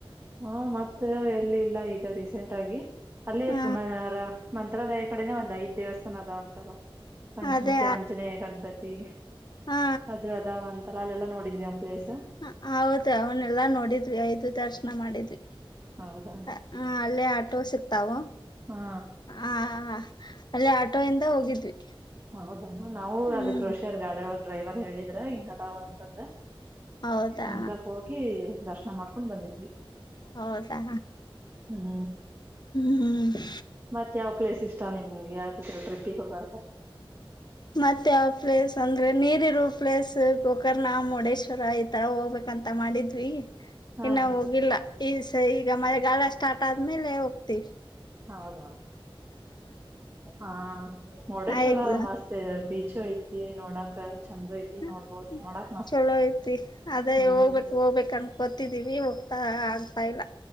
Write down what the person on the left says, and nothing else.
ಹ
ಅದೇ
ಹಾ
ಹ ಹೌದ ಅವನ್ನೆಲ್ಲಾ ನೋಡಿದ್ವಿ ಐದು ದರ್ಶನ ಮಾಡಿದ್ವಿ.
ಹ ಅಲ್ಲೇ ಆಟೋ ಸಿಕ್ತಾವು
ಆ ಅಲ್ಲೇ ಆಟೋ ಇಂದ ಹೋಗಿದ್ವಿ.
ಹ್ಮ್
ಹೌದಾ
ಹೌದಾ
ಹ್ಮು ಹ್ಮು.
ಮತ್ತೆ ಯಾವ ಪ್ಲೇಸ್ ಅಂದ್ರೆ ನೀರಿರುವ ಪ್ಲೇಸ್ ಗೋಕರ್ಣ, ಮುರುಡೇಶ್ವರ ಈತರ ಹೋಗ್ಬೇಕಂತ ಮಾಡಿದ್ವಿ.
ಇನ್ನ ಹೋಗಿಲ್ಲ ಈಸ್ ತ್ತೆ ಈಗ ಮಳೆಗಾಲ ಸ್ಟಾರ್ಟ ಟ್ ಆದ್ಮೇಲೆ ಹೋಗ್ತಿವಿ.
ಆ ಎಕ್ಸಾಮ್
ಹ್ಮು
ಚಲೋ ಐತಿ ಅದೇ
ಹೋಗ್ಬೇಕ್ ಹೋಗ್ಬೇಕ ಅನ್ ಗೊತ್ತಿದ್ದೀವಿ ಹೋಗ್ತಾ ಆಗ್ತಾ ಇಲ್ಲಾ.